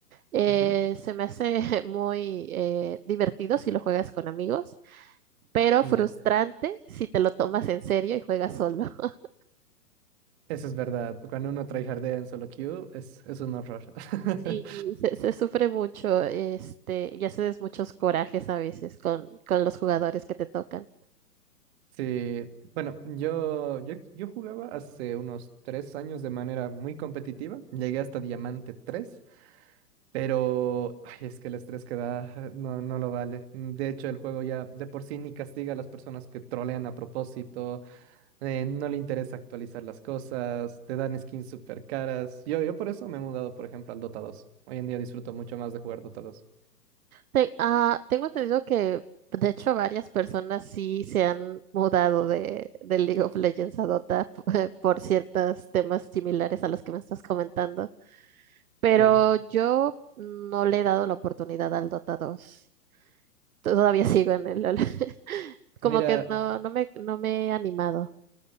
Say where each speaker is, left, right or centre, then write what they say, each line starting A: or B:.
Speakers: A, on the right (about 60°); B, on the right (about 40°).
A: Eh,
B: Ujú,
A: se me hace <laughs> muy eh, divertido si lo juegas con amigos, pero
B: ya,
A: frustrante si te lo tomas en serio y juegas solo. <laughs>
B: Eso es verdad. Cuando uno tryhardea en solo queue, es, es un horror. <laughs>
A: Sí, se, se sufre mucho, este, y haces muchos corajes a veces con, con los jugadores que te tocan.
B: Sí, bueno, yo, yo, yo jugaba hace unos tres años de manera muy competitiva. Llegué hasta Diamante tres Pero ay, es que el estrés que da <laughs> no, no lo vale. Mm, De hecho, el juego ya de por sí ni castiga a las personas que trolean a propósito, eh, no le interesa actualizar las cosas, te dan skins súper caras. Yo, yo por eso me he mudado, por ejemplo, al Dota dos Hoy en día disfruto mucho más de jugar Dota dos
A: Te- ah, tengo entendido que, de hecho, varias personas sí se han mudado de, de League of Legends a Dota <laughs> por ciertos temas similares a los que me estás comentando, pero
B: Sí.
A: yo no le he dado la oportunidad al Dota dos Todavía sigo en el LoL. <laughs>
B: Mira,
A: Como que no, no me, no me he animado.